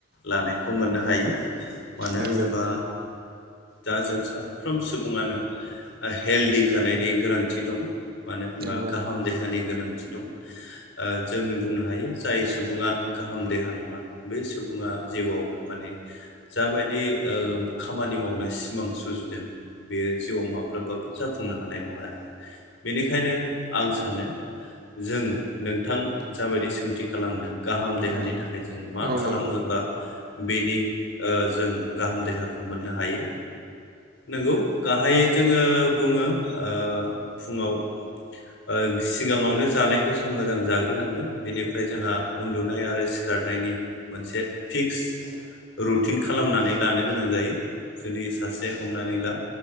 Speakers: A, on the left; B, on the right.
A: लानायखौ मोननो हायो मानो
B: नंगौ
A: होनोबा दा जों साफ्रोम सुबुङानो हेल्दिि जानायनि गोनांथि दं मानो होनबा
B: नंगौ
A: गाहाम देहानि गोनांथि दं ओ जों बुंनो हायो जाय सुबुङा गाहाम देहा नङा। बे सुबुङा जिउआव माने जाबायदि ओ खामानि मावनो सिमां सु। सुजुदों बेयो जिउआव माब्लाबाबो जाफुंनो हानाय नङा आरो। बेनिखायनो आं सानो जों नोंथां जाबायदि सोंथि। खालामदों गाहाम देहानि
B: नंगौ
A: थाखाय जों मा
B: औ
A: खालामोबा।
B: नंगौ
A: बेनि ओ जों गाहाम देहाखौ मोननो हायो। नंगौ गाहायै जोङो बुङो ओ। फुङाव ओ सिगाङावनो जानायखौ जों मोजां जाग्रो। नांगोन बेनिफ्राय जोंहा उन्दुनाय आरो सिखारनायनि मोनसे। फिक्स रुटिन खालामनानै लानो गोनां जायो जुदि सासे हमनानै ला।